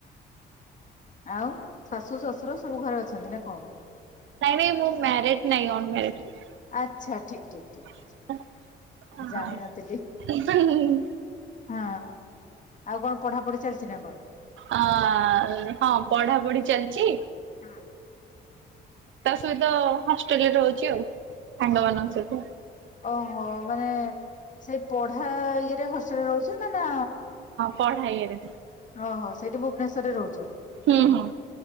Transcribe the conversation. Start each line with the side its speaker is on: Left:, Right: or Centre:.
Left: ଆଉ ଶାଶୁ ଶଶୁର ସବୁ ଘରେ ଅଛନ୍ତି ନା କଣ।
Right: ନାଇଁ ନାଇଁ ମୁଁ ମ୍ୟାରେଡ ନାଇଁ ଅନ ମ୍ୟାରେଡ।
Left: ଆଚ୍ଛା ଠିକ ଠିକ ଠିକ।
Right: <unintelligible>
Left: ଜାଣିନଥିଲି ହଁ ଆଉ କଣ ପଢାପଢି ଚାଲିଛି ନା କଣ?
Right: ଅ ହଁ ପଢାପଢି ଚାଲିଛି।
Left: ହୁଁ।
Right: ତା ସହିତ ହଷ୍ଟେଲରେ ରହୁଛି ଆଉ ସାଙ୍ଗ ମାନଙ୍କ ସହିତ।
Left: ଓହୋ ମାନେ ସେଇ ପଢା ଇଏରେ ହଷ୍ଟେଲରେ ରହୁଛ ନା ନା।
Right: ପଢ଼ା ଇଏରେ।
Left: ଓ ହୋ ସେଇଠି ଭୁବନେଶ୍ୱରରେ ରହୁଛ।
Right: ହୁଁ ହୁଁ।